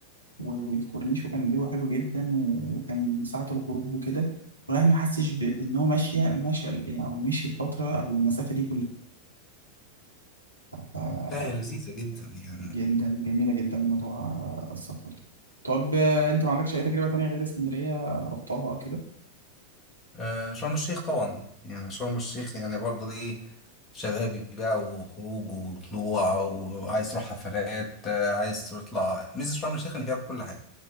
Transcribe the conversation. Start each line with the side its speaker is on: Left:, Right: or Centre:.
Right: وال... والكورنيش وكان الجو حلو جدا وكان ساعه الغروب وكده والواحد ما حسش ب... بان هو ماشيه ماشي يعني او مشي الفتره او المسافه دي كلها
Left: لا هي لذيذة جدا يعني
Right: جدا جميلة جدا موضوع آه، السفر ده طب آه، انت ما عندكش اي تجربة تانية غير اسكندرية رحتها او كده
Left: آه شرم الشيخ طبعا يعني شرم الشيخ يعني برضه ايه شبابي بقى وخروج وطلوع وعايز تروح حفلات آه، عايز تطلع ميزة شرم الشيخ ان فيها كل حاجة